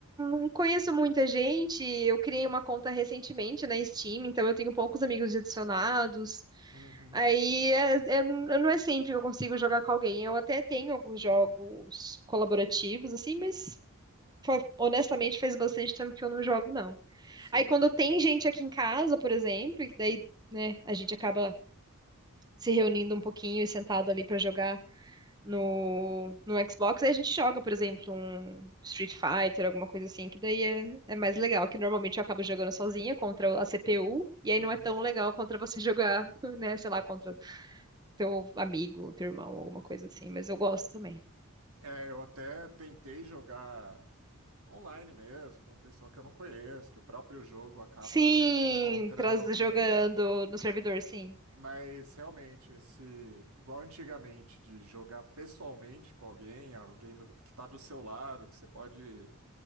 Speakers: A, on the right; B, on the right.
A: não conheço muita gente. Eu criei uma conta recentemente na Steam, então eu tenho poucos amigos adicionados.
B: Uhum.
A: Aí é, é- eu não é sempre que eu consigo jogar com alguém. Eu até tenho alguns jogos colaborativos, assim, mas fa- honestamente faz bastante tempo que eu não jogo, não.
B: Você.
A: Aí quando tem gente aqui em casa, por exemplo, que daí, né, a gente acaba se reunindo um pouquinho e sentado ali pra jogar no, no Xbox, aí a gente joga, por exemplo, um Street Fighter, alguma coisa assim, que daí é, é mais legal, que normalmente eu acabo jogando sozinha contra a CPU, e aí
B: Uhum.
A: não é tão legal contra você jogar, <laughs> né, sei lá, contra teu amigo, teu irmão, alguma coisa assim, mas eu gosto também.
B: É, eu até tentei jogar. online mesmo, com pessoa que eu não conheço, que o próprio jogo acaba
A: Sim,
B: encontrando
A: traz
B: alguém,
A: jogando no servidor, sim.
B: mas realmente esse, igual antigamente, de jogar pessoalmente com alguém, alguém do- que está do seu lado, que você pode